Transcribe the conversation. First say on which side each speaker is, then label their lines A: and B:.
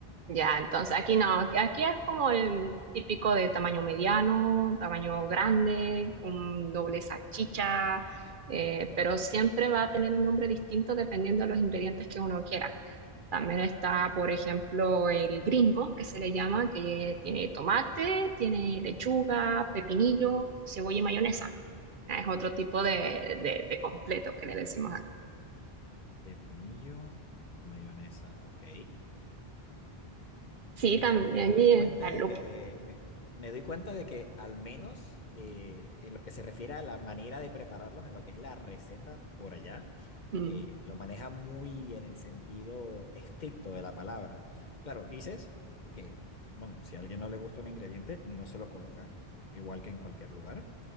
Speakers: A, on the right; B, on the left.
A: Ya, entonces aquí no, aquí es como el típico de tamaño mediano, tamaño grande, un doble salchicha, eh, pero siempre va a tener un nombre distinto dependiendo de los ingredientes que uno quiera. También está, por ejemplo, el gringo, que se le llama, que tiene tomate, tiene lechuga, pepinillo, cebolla y mayonesa. Es otro tipo de, de, de completo que le decimos
B: De cebolla
A: acá.
B: Pepinillo y mayonesa, ok.
A: Sí,
B: eh,
A: también
B: me doy
A: y
B: cuenta
A: está el
B: de
A: lúpulo.
B: que me, me doy cuenta de que al menos eh, en lo que se refiere a la manera de prepararlos, en lo que es la receta por allá,
A: Mm,
B: eh, lo maneja muy en el sentido estricto de la palabra. Claro, dices que, bueno, si a alguien no le gusta un ingrediente, no se lo coloca, igual que en cualquier lugar,